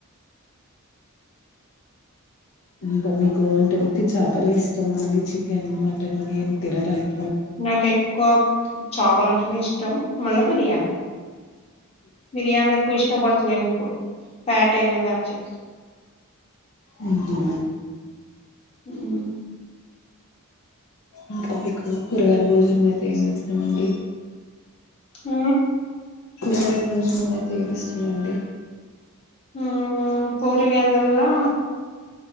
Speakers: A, on the left (about 70°); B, on the left (about 25°).
A: ఇంకా మీకు అంటే ఉత్తి చాపలే ఇష్టమా అండి చికెన్ మటన్ అవి ఏమి తినరా ఇం
B: నాకు ఎక్కువ చాపల్ అంటనే ఇష్టం మళ్ళ బిర్యానీ బిర్యానీ ఎక్కువ ఇష్టపడతలేను ఇప్పుడు ఫ్యాట్ అయినా కాంచి
A: ఉహు
B: ఉమ్
A: ఇంకాప్పకు కూరగాలు భోజనం అయితే ఏమి ఇష్టమండి
B: ఆ
A: కూరగాయల భోజనం అంటే ఏమి ఇష్టమండి
B: ఆ కూరగాయలలో